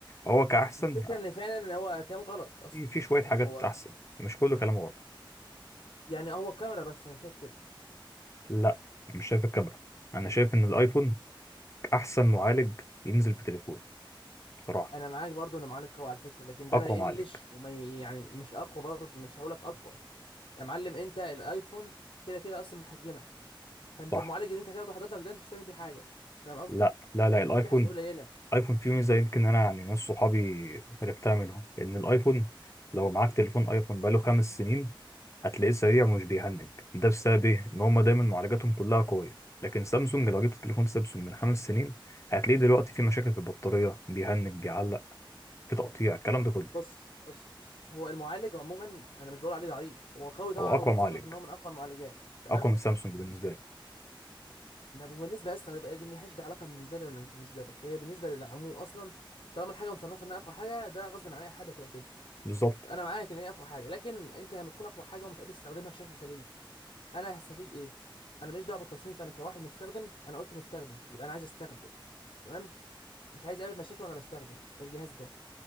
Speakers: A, on the left (about 35°); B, on the left (about 80°).
A: هو كاحسن
B: الفكرة ان فعلا هو كلام غلط اصلا
A: في في
B: يعني
A: شويه
B: فاهم
A: حاجات
B: هو
A: احسن مش كله كلام غلط
B: يعني هو كاميرا بس انا شايف كده
A: لا أنا مش شايف الكاميرا انا شايف ان الايفون احسن معالج ينزل في تليفون بصراحه
B: انا معاك برضو ان معلق قوي على فكرة لكن ده
A: اقوى
B: ما يقلش
A: معالج
B: وما ي- يعني مش اقوى برضو مش هقولك اقوى يا معلم انت الايفون كده كده اصلا محجمك فانت
A: صح
B: المعالج اللي انت هتاخده حضرتك ده انت مش هتعمل بيه حاجة فاهم قصدي؟
A: لا لا لا الايفون
B: هتعمل بيه حاجات قليلة
A: ايفون فيه ميزه يمكن انا يعني ناس صحابي عرفتها منهم ان الايفون لو معاك تليفون ايفون بقاله خمس سنين هتلاقيه سريع ومش بيهنج ده بسبب ايه ان هما دايما معالجاتهم كلها قويه لكن سامسونج لو جبت تليفون سامسونج من خمس سنين هتلاقيه دلوقتي فيه مشاكل في البطاريه بيهنج بيعلق في تقطيع الكلام ده كله
B: بص بص بص هو المعالج عموما انا مش بقول عليه ضعيف هو قوي طبعا
A: هو اقوى
B: وبتصنف
A: معالج
B: ان هو من اقوى المعالجات تمام
A: اقوى من سامسونج بالنسبه لي
B: ما هو بالنسبه اصلا بقى دي ملهاش دي علاقه بالنسبه لي ولا مش بالنسبه لك هي بالنسبه للعموم اصلا طالما الحاجه مصنفه انها اقوى حاجه ده غصب عن اي حد هتبقى كده
A: بالظبط
B: انا معاك ان هي اقوى حاجه لكن انت لما تكون اقوى حاجه ومش قادر تستخدمها بشكل سليم انا هستفيد ايه انا ماليش دعوه بالتصنيف انا كواحد مستخدم انا قلت مستخدم يبقى انا عايز استخدم تمام مش عايز اقابل مشاكل وانا بستخدم الجهاز ده